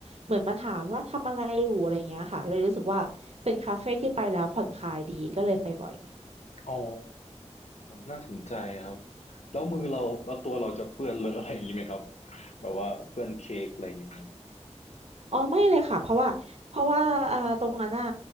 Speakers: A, on the right; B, on the left.
A: เหมือนมาถามว่าทำอะไรอยู่อะไรเงี้ยค่ะเลยรู้สึกว่าเป็นคาเฟ่ที่ไปแล้วผ่อนคลายดีก็เลยไปบ่อย
B: อ๋อน่าสนใจครับแล้วมือเราแล้วตัวเราจะเปื้อนเลอะอะไรอย่างนี้ไหมครับแบบว่าเปื้อนเค้กอะไรอย่างเงี้ยไหมครับ
A: อ๋อไม่เลยค่ะเพราะว่าเพราะว่าอ่าตรงนั้นอ่ะ